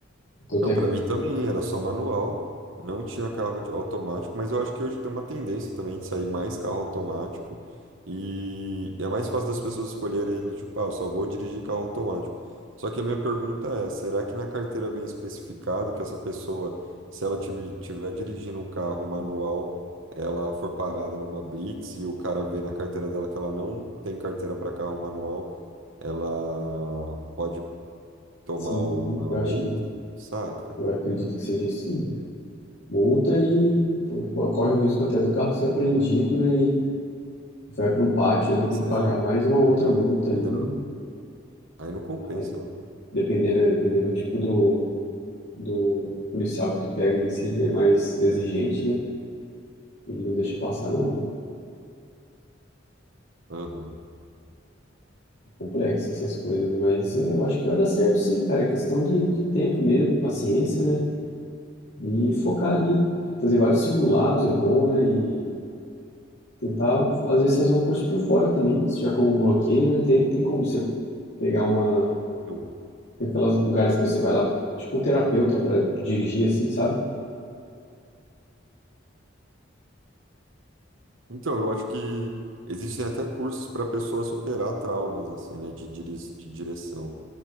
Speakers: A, on the left; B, on the right.
A: Então tem
B: Não, para
A: que.
B: mim também era só manual. Não tinha carro de automático, mas eu acho que hoje tem uma tendência também de sair mais carro automático. E é mais fácil das pessoas escolherem do tipo, ah, eu só vou dirigir carro automático. Só que a minha pergunta é, será que na carteira vem especificado que essa pessoa, se ela estiver dirigindo um carro manual, ela for parada numa blitz e o cara vê na carteira dela que ela não tem carteira para carro manual? ela pode tomar
A: Sim,
B: uma
A: eu acho
B: multa,
A: que.
B: saca?
A: Eu acredito que seja isso, sim. multa e pô, corre o risco até do carro ser apreendido, né? E vai para um pátio ali, tem
B: Será?
A: que pagar mais uma outra multa ali,
B: Porque daí não- Aí não compensa,
A: aí,
B: né?
A: dependendo, né, dependendo do tipo do, do policial que tu pega ali, se ele é mais exigente, né? Ele não deixa passar, não.
B: Aham.
A: É complexo essas coisas, mas é, eu acho que vai dar certo sim, cara. É questão de, de tempo mesmo, paciência, né? E focar ali, fazer vários simulados é bom, né? E tentar, às vezes, fazer um curso por fora também. Se tiver como um bloqueio, né? Tem, tem como você pegar uma,
B: Eu-
A: Tem Aqueles lugares que você vai lá, tipo um terapeuta pra dirigir, assim, sabe?
B: Então, eu acho que existem até cursos para a pessoa superar traumas, assim, né, de, diri- de direção.